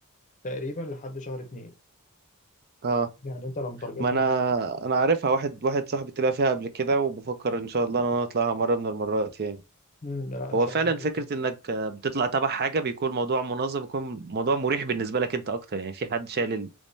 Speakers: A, on the left (about 35°); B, on the right (about 45°).
A: تقريبا لحد شهر 2
B: اه
A: يعني انت لو متارجتها
B: ما انا
A: ممكن
B: انا عارفها واحد واحد صاحبي طلع فيها قبل كده وبفكر ان شاء الله ان انا اطلعها مره من المرات يعني
A: <clears throat> لا ان
B: هو
A: شاء
B: فعلا
A: الله تفتح.
B: فكرة انك آه، بتطلع تبع حاجة بيكون موضوع منظم بيكون موضوع مريح بالنسبة لك انت اكتر يعني في حد شايل ال...